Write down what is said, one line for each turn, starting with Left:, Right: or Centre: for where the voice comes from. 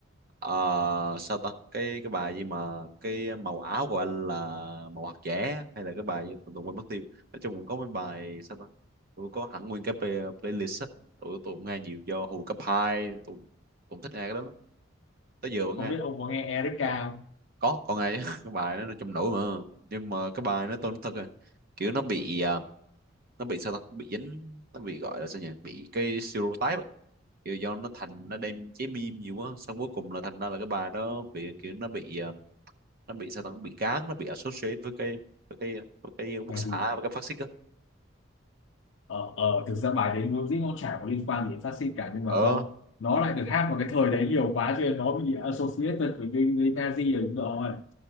Right: Ờ, sao ta cái cái bài gì mà cái màu áo của anh là màu hạt dẻ á, hay là cái bài gì? tụi tôi quên mất tiêu nói chung cũng có mấy bài sao ta tụi có hẳn nguyên cái play- playlist á tụi tụi cũng nghe nhiều do hồi cấp 2 tụi cũng thích nghe cái đó lắm tới giờ vẫn
Left: Không
Right: nghe
Left: biết ông có nghe Erika không?
Right: có còn nghe chứ. <laughs> cái bài đó nó trong nổi mà nhưng mà cái bài nó tôi nói thật rồi kiểu nó bị à, nó bị sao ta bị dính nó bị gọi là sao nhỉ bị cái stereotype á. kiểu do nó thành nó đem chế meme nhiều quá xong cuối cùng là thành ra là cái bài nó bị kiểu nó bị à, nó bị sao ta nó bị gán nó bị associate với cái với cái với cái quốc
Left: Là
Right: xã
Left: gì?
Right: và cái phát xít á
Left: ờ ờ thực ra bài đấy vốn dĩ nó chả có liên quan gì đến phát xít cả nhưng mà
Right: ờ
Left: do nó lại được hát vào cái thời đấy nhiều quá cho nên nó bị associated với cái với Nazi rồi đúng rồi